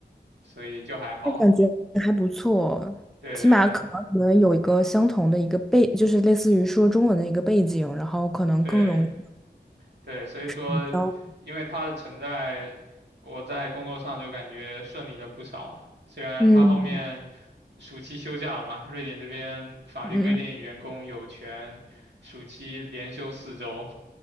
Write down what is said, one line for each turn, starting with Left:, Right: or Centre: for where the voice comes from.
Right: 所以就还好。
Centre: 那感觉还不错，
Right: 对对
Centre: 起码可能你们有一个相同的一个背，就是类似于说中文的一个背景，然后可能更容易
Right: 对。对，所以说，
Centre: 交。
Right: 因为他的存在，我在工作上就感觉顺利了不少。虽然他后面
Centre: 嗯
Right: 暑期休假了嘛，瑞典这边法律规定员工有权暑期连休四周，
Centre: 嗯